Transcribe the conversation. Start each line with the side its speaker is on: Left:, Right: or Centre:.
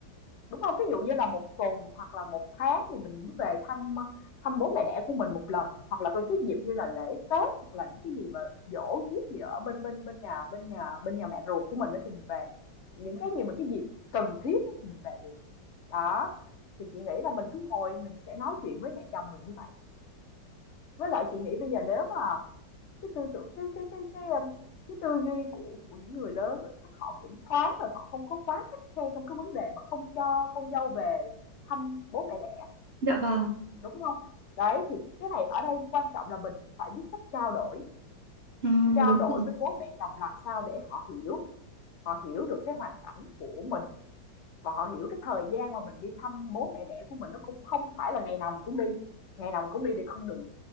Left: Đúng không? ví dụ như là một tuần hoặc là một tháng thì mình mới về thăm, thăm bố mẹ đẻ của mình một lần, hoặc là có cái dịp như là lễ Tết, hoặc là những cái gì mà giỗ giết gì ở bên bên bên nhà bên nhà bên nhà mẹ ruột của mình á thì mình về. Những cái gì mà cái dịp cần thiết á thì mình về được. Đó, thì chị nghĩ là mình cứ ngồi mình sẽ nói chuyện với mẹ chồng mình như vậy. Với lại chị nghĩ bây giờ nếu mà cái tư tưởng cái cái cái cái, ờm, cái tư duy của của những người lớn á, họ cũng thoáng rồi, họ không có quá khắt khe trong cái vấn đề mà không cho con dâu về thăm bố mẹ đẻ,
Right: dạ vâng
Left: đúng không? Đấy, thì cái này ở đây quan trọng là mình phải biết cách trao đổi,
Right: ừ,
Left: trao
Right: đúng
Left: đổi
Right: rồi
Left: với bố mẹ chồng làm sao để họ hiểu, họ hiểu được cái hoàn cảnh của mình và họ hiểu cái thời gian mà mình đi thăm bố mẹ đẻ của mình nó cũng không phải là ngày nào mình cũng đi, ngày nào mình cũng đi thì không được,